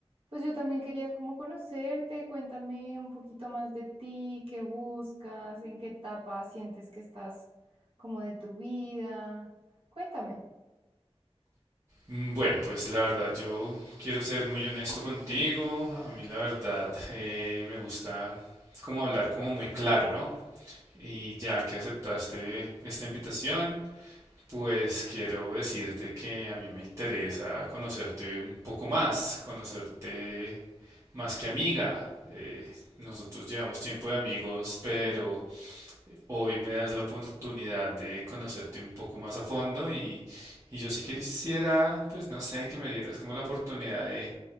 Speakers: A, on the right; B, on the right.
A: pues yo también quería como conocerte, cuéntame un poquito más de ti, qué buscas, en qué etapa sientes que estás como de tu vida. Cuéntame.
B: Mm, Bueno, pues la verdad yo quiero ser muy honesto contigo, a mí la verdad eh, me gusta como hablar como muy claro, ¿no? Y ya que aceptaste esta invitación, pues quiero decirte que a mí me interesa conocerte un poco más, conocerte más que amiga. Eh, nosotros llevamos tiempo de amigos, pero Hoy me das la oportunidad de conocerte un poco más a fondo y, y yo sí quisiera, pues no sé, que me dieras como la oportunidad de,